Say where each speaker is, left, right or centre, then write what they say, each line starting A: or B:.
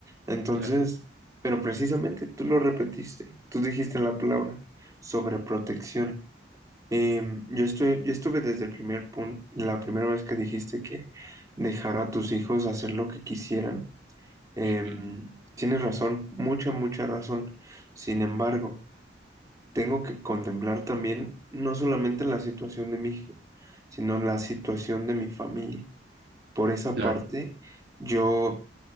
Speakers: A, on the right (about 20°); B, on the right (about 65°).
A: Entonces,
B: Claro,
A: pero precisamente tú lo repetiste, tú dijiste la palabra sobreprotección. Em, yo estoy, yo estuve desde el primer punto, la primera vez que dijiste que dejar a tus hijos hacer lo que quisieran Em,
B: ujú,
A: tienes razón, mucha, mucha razón. Sin embargo, tengo que contemplar también no solamente la situación de mi hijo, sino la situación de mi familia. Por esa
B: Claro,
A: parte, yo